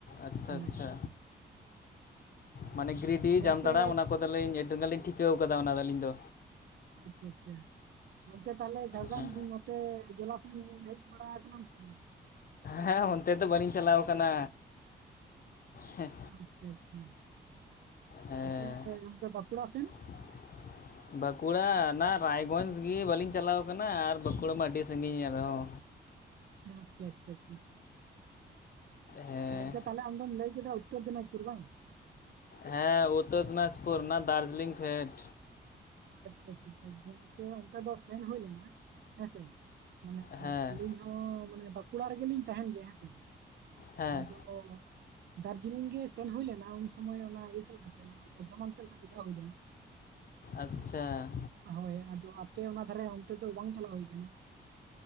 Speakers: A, on the left; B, on the right.
A: ᱟᱪᱪᱷᱟ
B: ᱦᱮᱸ
A: ᱟᱪᱪᱷᱟ᱾
B: ᱦᱮᱸ
A: ᱢᱟᱱᱮ ᱜᱨᱤᱰᱤ
B: ᱜᱚᱝᱠᱮ
A: ᱡᱟᱢᱛᱟᱲᱟ ᱚᱱᱟ ᱠᱚᱫᱚᱞᱤᱧ ᱟᱹᱰᱤᱜᱟᱱ ᱞᱤᱧ ᱴᱷᱤᱠᱟᱹᱣ ᱠᱟᱫᱟ ᱚᱱᱟᱫᱚ ᱟᱹᱞᱤᱧ ᱫᱚ᱾
B: ᱟᱪᱪᱷᱟ ᱟᱪᱪᱷᱟ ᱜᱚᱝᱠᱮ ᱛᱟᱦᱞᱮ ᱡᱷᱟᱲᱜᱨᱟᱢ
A: ᱦᱮᱸ
B: ᱱᱚᱛᱮ, ᱡᱮᱞᱟ ᱥᱮ ᱮᱢ ᱦᱮᱜ ᱵᱟᱲᱟ ᱟᱠᱟᱱᱟᱢ ᱥᱮ ᱵᱟᱝ?
A: ᱦᱮᱸ ᱚᱱᱛᱮ ᱫᱚ ᱵᱟᱹᱞᱤᱧ ᱪᱟᱞᱟᱣ ᱠᱟᱱᱟ ᱦᱮᱸ,
B: ᱟᱪᱪᱷᱟ ᱟᱪᱪᱷᱟ
A: ᱦᱮᱸ
B: ᱚᱱᱛᱮ ᱚᱱᱛᱮ ᱵᱟᱸᱠᱩᱲᱟ ᱥᱮᱜ?
A: <inaudible> ᱵᱟᱸᱠᱩᱲᱟ ᱚᱱᱟ ᱨᱟᱭᱜᱚᱡᱽ ᱜᱤ ᱵᱟᱹᱞᱤᱧ ᱪᱟᱞᱟᱣ ᱠᱟᱱᱟ ᱟᱨ ᱵᱟᱸᱠᱩᱲᱟ ᱢᱟ ᱟᱹᱰᱤ ᱥᱟᱺᱜᱤᱧ ᱟᱨᱦᱚᱸ᱾
B: ᱟᱪᱪᱷᱟ ᱟᱪᱪᱷᱟ ᱟᱪᱪᱷᱟ ᱪᱷᱟ᱾
A: ᱦᱮᱸ
B: ᱜᱚᱝᱠᱮ ᱛᱟᱦᱚᱞᱮ ᱟᱢ ᱫᱚᱢ ᱞᱟᱹᱭ ᱠᱮᱫᱟ ᱩᱛᱛᱚᱨ ᱫᱤᱱᱟᱡᱽᱯᱩᱨ ᱵᱟᱝ,
A: ᱦᱮᱸ ᱩᱛᱛᱚᱨ ᱫᱤᱱᱟᱡᱽᱯᱩᱨ ᱚᱱᱟ ᱫᱟᱨᱡᱤᱞᱤᱝ ᱯᱷᱮᱰ᱾
B: ᱟᱪᱪᱷᱟ ᱟᱪᱪᱷᱟ ᱜᱚᱝᱠᱮ ᱚᱱᱛᱮ ᱫᱚ ᱥᱮᱱ ᱦᱳᱭ ᱞᱮᱱᱟ ᱦᱮᱸᱥᱮ ᱢᱟᱱᱮ
A: ᱦᱮᱸ
B: ᱟᱹᱞᱤᱧ, ᱫᱚ ᱢᱟᱱᱮ ᱵᱟᱸᱠᱩᱲᱟ ᱨᱮᱜᱮᱞᱤᱧ ᱛᱟᱦᱮᱱ ᱜᱮᱭᱟ ᱦᱮᱸᱥᱮ
A: ᱦᱮᱸ
B: ᱟᱫᱚ, ᱫᱟᱨᱡᱤᱞᱤᱝ ᱜᱤ ᱥᱮᱱ ᱦᱩᱭ ᱞᱮᱱᱟ ᱩᱱ ᱥᱚᱢᱚᱭ ᱚᱱᱟ ᱤᱭᱟᱹᱥᱮᱜ ᱞᱮᱠᱟᱛᱮ, ᱵᱚᱨᱫᱷᱚᱢᱟᱱ ᱥᱮᱜ ᱞᱮ ᱠᱟᱛᱮ ᱪᱟᱞᱟᱭ ᱦᱩᱭ ᱞᱮᱱᱟ᱾
A: ᱟᱪᱪᱷᱟ,
B: ᱦᱳᱭ ᱟᱫᱚ ᱟᱯᱮ ᱚᱱᱟ ᱫᱷᱟᱨᱮ ᱚᱱᱛᱮ ᱫᱚ ᱵᱟᱝ ᱪᱟᱞᱟᱣ ᱦᱳᱭ ᱠᱟᱱᱟ᱾